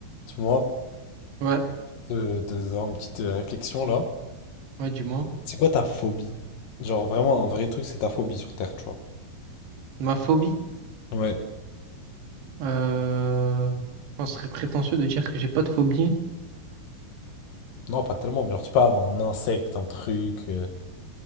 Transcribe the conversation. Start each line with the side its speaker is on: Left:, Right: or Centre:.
Left: Dis-moi,
Right: Ouais,
Left: je vais te, te faire une petite euh, réflexion là.
Right: ouais, du moins.
Left: C'est quoi ta phobie? Genre vraiment un vrai truc, c'est ta phobie sur Terre, tu vois.
Right: Ma phobie,
Left: Ouais.
Right: euh, je pense que ce serait prétentieux de dire que j'ai pas de phobie.
Left: Non, pas tellement, mais genre tu peux avoir un insecte, un truc,